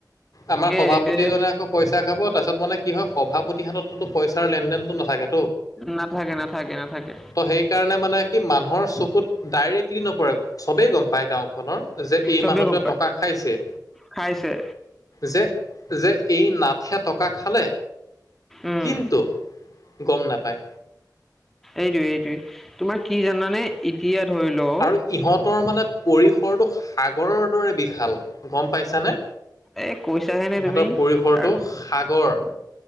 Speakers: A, on the left; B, in the centre.
A: আমাৰ
B: তাকে
A: সভাপতিজনে
B: সিহঁতে
A: আকৌ পইচা খাব তাৰপছত মানে কি হয় সভাপতিৰ হাতত তো পইচাৰ লেনদেনটো নাথাকে
B: নাথাকে নাথাকে নাথাকে নাথাকে
A: ত' সেইকাৰণে মানে কি মানুহৰ চকুত ডাইৰেক্টলি নপৰে চবেই গম পায় গাওখনৰ যে এই
B: চবেই
A: মানুহটোৱে
B: গম পায়
A: টকা খাইছে
B: খাইছে
A: যে যে এই নাথে টকা খালে
B: উম
A: কিন্তু গম নাপায়
B: এইটোৱে এইটোৱে তোমাৰ কি জানানে এতিয়া ধৰি লও
A: আৰু ইহঁতৰ মানে পৰিসৰটো সাগৰৰ দৰে বিশাল গম পাইছানে
B: এ কৈছাহে নে
A: ইহঁতৰ
B: তুমি
A: পৰিসৰটো
B: আ-
A: সাগৰ